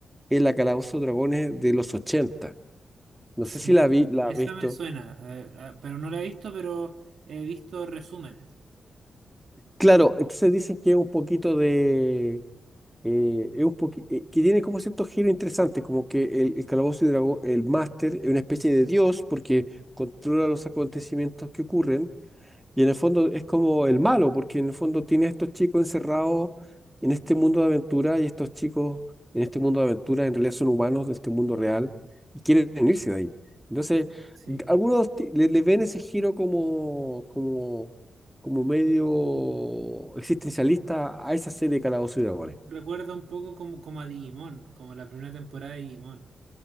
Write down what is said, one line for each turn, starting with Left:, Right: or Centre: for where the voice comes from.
Centre: Es la calabozo y Dragones de los ochenta No
Right: Sí.
Centre: sé si la vi, la
Right: Eso
Centre: has visto.
Right: me suena, eh, ah, pero no la he visto, pero he visto resúmenes.
Centre: Claro, entonces dicen que es un poquito de eh, es un poqui- eh, que tiene como cierto giro interesante, como que el, el Calabozo y Dragón, el máster, es una especie de dios porque controla los acontecimientos que ocurren y en el fondo es como el malo, porque en el fondo tiene a estos chicos encerrados en este mundo de aventura y estos chicos en este mundo de aventura en realidad son humanos de este mundo real y quieren irse de ahí. Entonces,
Right: Sí,
Centre: d- algunos ti- le, le ven ese giro como, como, como medio existencialista a esa serie de Calabozo y Dragones.
Right: Recuerda un poco como, como a Digimon, como la primera temporada de Digimon.